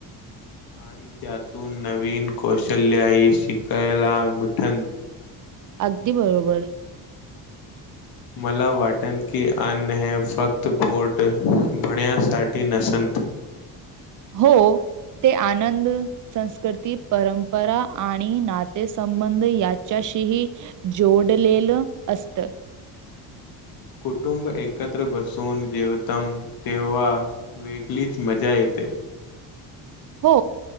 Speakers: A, on the left; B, on the right.
A: आणि त्यातून नवीन कौशल्याही शिकायला मिठण
B: अगदी बरोबर
A: मला वाटण की अन्न हेै फक्त पोट भण्यासाठी नसंत
B: हो ते आनंद संस्कृती परंपरा आणि नातेसंबंध याच्याशीही जोडलेलं असत
A: कुटुंब एकत्र बसून जेवतम तेव्हा वेगळीच मजा येते
B: हो